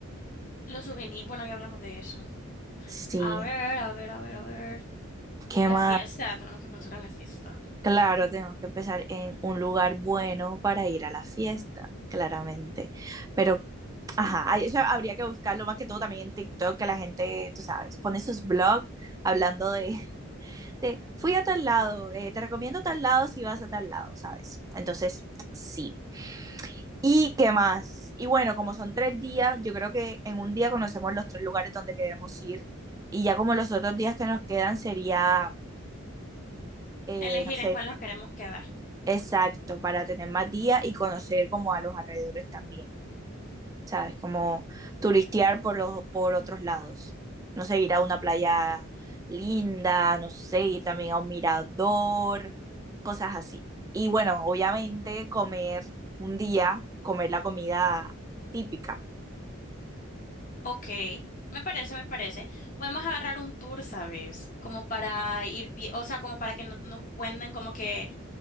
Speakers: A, on the left; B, on the right.
A: los souvenirs, bueno, ya hablamos de eso.
B: Sí,
A: A ver, a ver, a ver, a ver.
B: ¿qué
A: La
B: más?
A: fiesta, tenemos que pensar en la fiesta.
B: Claro, tenemos que empezar en un lugar bueno para ir a la fiesta, claramente. Pero, ajá, ahí eso habría que buscarlo más que todo también en TikTok, que la gente, tú sabes, pone sus blogs hablando de, <laughs> de fui a tal lado, eh, te recomiendo tal lado si vas a tal lado, ¿sabes? Entonces, sí. ¿Y qué más? Y bueno, como son tres días, yo creo que en un día conocemos los tres lugares donde queremos ir y ya como los otros días que nos quedan sería, eh,
A: Elegir
B: no sé,
A: en cuál nos queremos quedar.
B: Exacto, para tener más días y conocer como a los alrededores también, ¿sabes? Como turistear por los, por otros lados. No sé, ir a una playa linda, no sé, ir también a un mirador, cosas así. Y bueno, obviamente comer un día, comer la comida típica,
A: Ok, me parece, me parece. Podemos agarrar un tour, ¿sabes? Como para ir, vi- o sea, como para que no- nos cuenten como que